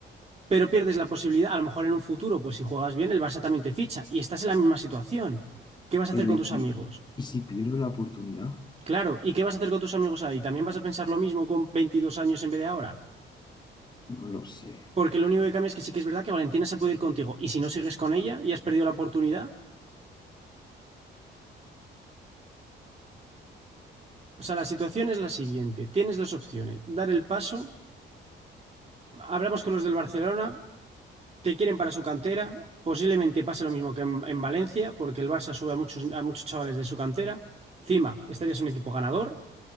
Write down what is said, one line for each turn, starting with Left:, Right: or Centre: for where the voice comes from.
Right: pero pierdes la posibilidad, a lo mejor en un futuro, pues si juegas bien, el Barça también te ficha y estás en la misma situación. ¿Qué vas
Left: Pero
Right: a hacer con
Left: ¿y
Right: tus
Left: si,
Right: amigos?
Left: y si pierdo la oportunidad?
Right: Claro, ¿y qué vas a hacer con tus amigos ahí? ¿También vas a pensar lo mismo con 22 años en vez de ahora?
Left: No lo sé.
Right: Porque lo único que cambia es que sí que es verdad que Valentina se puede ir contigo y si no sigues con ella y has perdido la oportunidad. O sea, la situación es la siguiente. Tienes dos opciones. Dar el paso. Hablamos con los del Barcelona. Te quieren para su cantera. Posiblemente pase lo mismo que en, en Valencia porque el Barça sube a muchos, a muchos chavales de su cantera. Encima, estarías en un equipo ganador